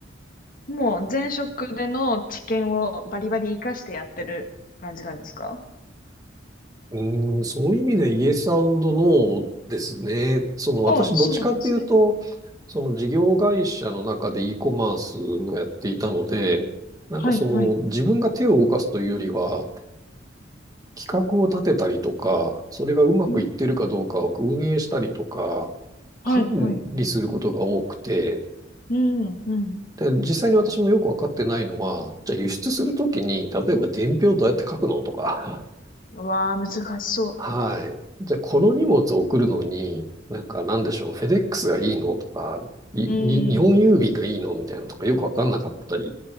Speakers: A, on the left; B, on the right.
A: もう前職での知見をバリバリ活かしてやってる感じなんですか
B: うーん、そういう意味でイエスノーですね。その私どっちかっていうと、
A: あそうなんですね。
B: その事業会社の中で e コマースをやっていたので、なんかその自分が手を動かすというよりは、
A: はい、はい。
B: 企画を立てたりとか、それがうまくいってるかどうかを運営したりとか、
A: うん、
B: 管理することが多くて、
A: はい、はい。うん、うん。
B: で、実際に私もよくわかってないのは、じゃあ輸出するときに、例えば伝票どうやって書くのとか、
A: うわあ、難しそ
B: はい。じゃあ、この荷物を送るのに、なんかなんでしょう、フェデックスがいいのとか、いに日本郵便がいいのみたいなのとかよくわかんなかったり
A: う。うん。